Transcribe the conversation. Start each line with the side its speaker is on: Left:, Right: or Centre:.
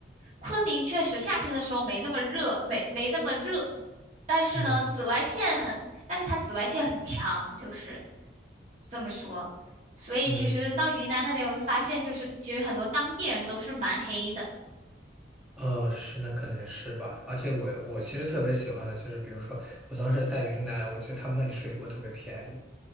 Right: 昆明确实夏天的时候没那么热，没没那么热，但是呢，
Centre: 嗯
Right: 紫外线很，但是它紫外线很强，就是这么说。所以其实到云南那边，
Centre: 嗯。
Right: 我就发现就是其实很多当地人都是蛮黑的。
Centre: 呃，是的，可能是吧。而且我我其实特别喜欢的就是，比如说我当时在云南，我觉得他们那里水果特别便宜，